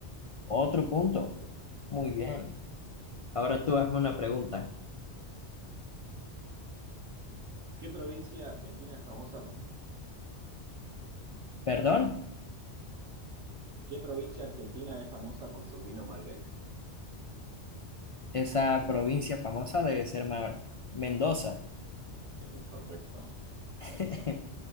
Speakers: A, on the left (about 50°); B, on the right (about 80°).
A: Otro punto.
B: perfecto.
A: Muy bien. Ahora tú hazme una pregunta.
B: ¿Qué provincia argentina es famosa por,
A: Perdón,
B: ¿qué provincia argentina es famosa por su vino Malbec?
A: esa provincia famosa debe ser Ma- Mendoza.
B: Sí, correcto.
A: <laughs>